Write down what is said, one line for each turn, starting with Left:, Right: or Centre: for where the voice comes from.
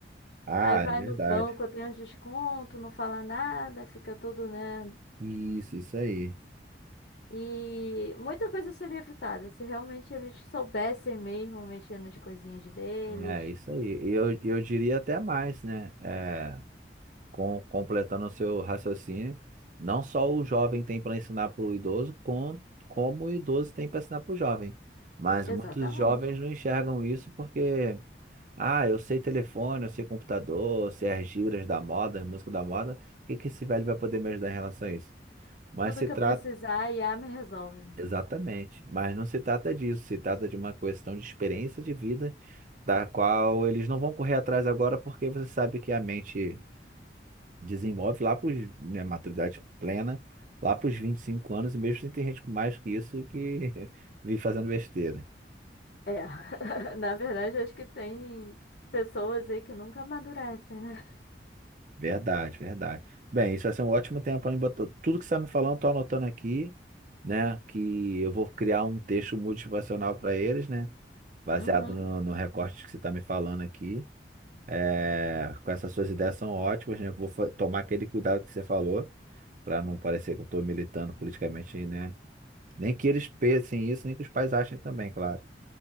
Right: Ah,
Left: aí vai
Right: é verdade.
Left: no banco, tem um desconto, não fala nada, fica todo, né,
Right: Isso, isso aí.
Left: e muita coisa seria evitada se realmente eles soubessem mesmo mexer nas coisinhas deles.
Right: É, isso aí. E eu, eu diria até mais, né? É, com, completando o seu raciocínio, não só o jovem tem para ensinar para o idoso, com, como o idoso tem para ensinar para o jovem. Mas
Left: Exatamente.
Right: muitos jovens não enxergam isso porque, ah, eu sei telefone, eu sei computador, eu sei as gírias da moda, as músicas da moda, o que que esse velho vai poder me ajudar em relação a isso? Mas
Left: Tudo
Right: se
Left: que
Right: trata
Left: eu precisar, a IA me resolve, né?
Right: Exatamente, mas não se trata disso, se trata de uma questão de experiência de vida, da qual eles não vão correr atrás agora, porque você sabe que a mente desenvolve lá para né, maturidade plena, lá para os 25 anos, e mesmo assim tem gente com mais que isso que <laughs> vive fazendo besteira.
Left: É, <laughs> na verdade, eu acho que tem pessoas aí que nunca amadurecem, né?
Right: Verdade, verdade. Bem, isso vai ser um ótimo tempo para mim. botar tudo que você está me falando, estou anotando aqui, né? Que eu vou criar um texto motivacional para eles, né? Baseado
Left: Uhum,
Right: no, no recorte que você está me falando aqui. É, com essas suas ideias são ótimas, né? Vou fa- tomar aquele cuidado que você falou, para não parecer que eu estou militando politicamente, né? Nem que eles pensem isso, nem que os pais achem também, claro.